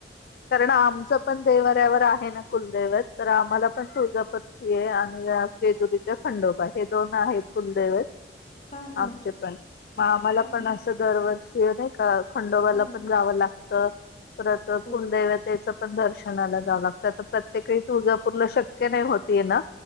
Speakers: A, on the left; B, on the left.
A: कारण आमचं पण देवाऱ्यावर आहे ना कुलदैवत तर आम्हाला पण तुळजापत ये आणि जेजुरीचे खंडोबा हे दोन आहेत कुलदैवत
B: हा हा
A: आमचे पण मग आम्हाला
B: आम
A: पण असं दरवर्षी हे नाही का खंडोबाला
B: हा
A: पण जावं लागत परत
B: हो
A: कुलदैवत च पण दर्शनाला जावं लागतं तर प्रत्येकवेळी तुळजापूरला शक्य नाही होत येणं.